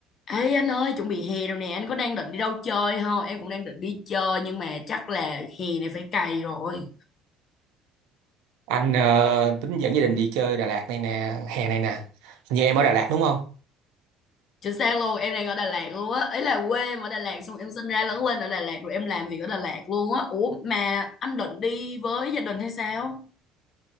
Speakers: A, on the left (about 40°); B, on the right (about 85°).
A: Ê anh ơi, chuẩn bị hè rồi nè, anh có đang định đi đâu chơi không? Em cũng đang định đi chơi nhưng mà chắc là hè này phải cày rồi.
B: Anh ờ, tính dẫn gia đình đi chơi Đà Lạt này nè, hè này nè. Như em ở Đà Lạt đúng không?
A: Chính xác luôn, em đang ở Đà Lạt luôn á. Ấy là quê em ở Đà Lạt xong em sinh ra lớn lên ở Đà Lạt rồi em làm việc ở Đà Lạt luôn á. Ủa mà anh định đi với gia đình hay sao?